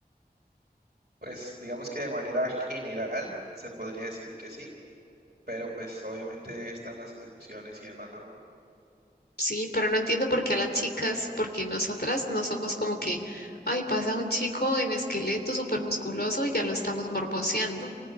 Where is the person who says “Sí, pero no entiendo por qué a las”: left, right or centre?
Left